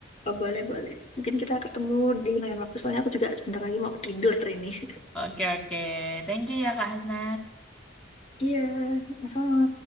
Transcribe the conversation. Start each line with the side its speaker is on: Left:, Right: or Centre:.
Left: Oh, boleh, boleh. Mungkin kita ketemu di lain waktu. Soalnya aku juga sebentar lagi mau tidur ini. <laughs>
Centre: Oke, oke. Thank you ya, Kak Hasna.
Left: Iya, sama-sama.